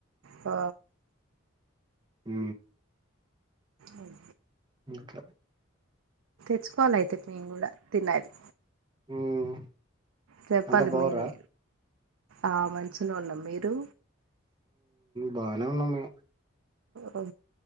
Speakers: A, on the right; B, on the right.
A: ఆ
B: ఉ
A: ఓకే
B: అక
A: తెచ్చుకోవాల అయితే మేము కూడా తినాలి
B: ఉమ్
A: చెప్పాలి
B: అంతా బాగుర్రా
A: మీరే ఆ మంచిలో వాళ్ళం మీరు
B: బానే ఉన్నా మ
A: ఓ